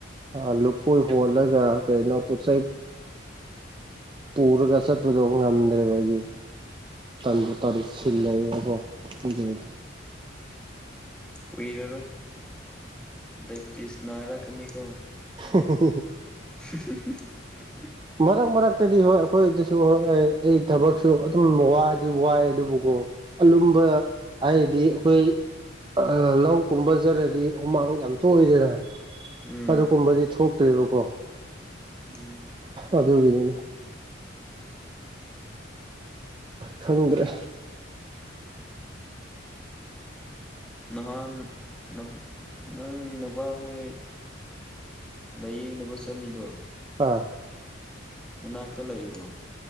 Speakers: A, on the right; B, in the centre.
A: ꯑꯥ ꯂꯨꯐꯣꯏ ꯍꯣꯜꯂꯒ ꯀꯩꯅꯣ ꯄꯨꯠꯆꯩ ꯄꯨꯔꯒ ꯆꯠꯄꯗꯣ ꯉꯝꯗ꯭ꯔꯦꯕ ꯑꯩꯗꯤ꯫ ꯇꯟꯕꯨ ꯇꯥꯟꯁꯤꯜꯂꯛꯀꯣ <inaudible>
B: ꯀꯨꯏꯔꯔꯣꯏ ꯗꯥꯏꯄꯇꯤꯁ ꯅꯥꯔꯛꯀꯅꯤꯀꯣ꯫
A: <unintelligible>
B: <unintelligible>
A: ꯃꯔꯛ ꯃꯔꯛꯇꯗꯤ ꯍꯣꯏ ꯑꯈꯣꯏꯗꯁꯨ ꯍꯣꯏ ꯑꯩ ꯊꯕꯛꯁꯨ ꯑꯗꯨꯝ ꯋꯥꯗꯤ ꯋꯥꯏ ꯑꯗꯨꯕꯨꯀꯣ꯫ ꯑꯥꯂꯨꯝꯕ ꯍꯥꯏꯗꯤ ꯑꯩꯈꯣꯏ ꯑꯥ ꯂꯧ ꯀꯨꯝꯕ ꯆꯠꯂꯗꯤ ꯍꯨꯃꯥꯡ ꯌꯥꯝ ꯊꯣꯛꯏꯗꯅꯥ
B: ꯎꯝ
A: ꯑꯗꯨꯀꯨꯝꯕꯗꯤ ꯊꯣꯛꯇ꯭ꯔꯦꯕꯀꯣ
B: ꯎꯝ
A: ꯑꯗꯨꯒꯤꯅꯤꯗ ꯈꯪꯗ꯭ꯔꯦ
B: ꯅꯍꯥꯟ ꯅꯕꯨ ꯅꯪ ꯅꯕꯥ ꯍꯣꯏ ꯂꯌꯦꯡꯅꯕ ꯆꯠꯂꯤꯗꯣ
A: ꯑꯥ
B: ꯅꯅꯥꯛꯇ ꯂꯩꯕ꯭ꯔꯣ